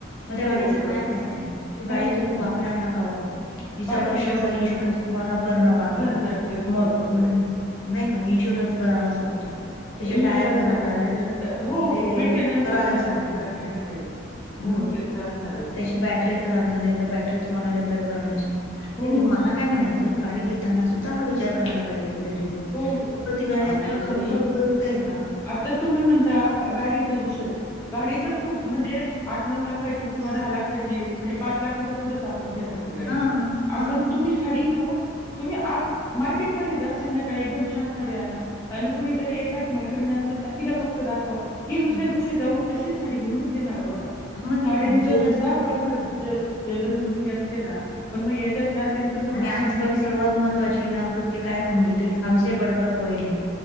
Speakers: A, on the left; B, on the left.
A: म त्या गाडीचा
B: हो बरोबर
A: काय फायदा आहे ती
B: काहीच
A: गाडी तुम्ही
B: नाही ना
A: वापरा
B: हो
A: नका वापरू. तिचा
B: पार्किंगला
A: वर्षाचा
B: उभे
A: इन्शुरन्स
B: राहणार
A: तुम्हाला
B: ते
A: भरणं बाकी
B: भरणार
A: हे
B: ते हो
A: मग
B: बरोबर
A: नाही का इन्शुरन्स भरावाच लागतो. त्याचे
B: इन्शुरन्स
A: टायर खराब
B: भरा
A: झाले
B: त्याच्यानंतर हो
A: तर ते
B: हो मेंटेनन्स
A: करावेच
B: असणारच
A: लागतात
B: तिचा काही ना काही
A: हम्म
B: हो ते तर असणारच.
A: त्याची बॅटरी खराब झाली तर बॅटरी तुम्हाला रिपेअर करणच हे नाही
B: हो
A: नाही मला काय म्हणायचय गाडी घेताना सुद्धा हा विचार करायला पाहिजे लेडीजनी
B: हो हो
A: बाबा ती गाडी
B: अहो
A: आपल्याला खरोखर
B: ताई
A: उपयुक्त आहे का?
B: आता तुम्ही म्हणता गाडीचा विषय गाडी तर खूप म्हणजे आठ नऊ लाखाची किंवा दहा लाखाची म्हणजे पाच लाखाच्या पुढेच आपण घेणार ती गाडी
A: हा हा
B: आपण तुम्ही साडी घ्याव तुम्ही आज मार्केटमध्ये जा संध्या का एकदम छान साडी आना आणि कुणीतरी एखादी मैत्रिणी असाल ना तिला फक्त दाखवा. ती दुसऱ्या
A: हा.
B: दिवशी जाऊन तशीच साडी घेऊनच येणार बघा.
A: मग
B: साड्यांचा
A: ते जेलच
B: सुद्धा
A: वृत्ती
B: प्रकार
A: ना
B: ज जलस
A: हम्म
B: वृत्ती असते ना पण मग याच्यात ना त्यांचं पूर्ण
A: आणि आजकाल
B: फॅमिली
A: सर्वात महत्त्वाची ना वृत्ती काय होऊन गेलीय हमसे बडकर कोई नही.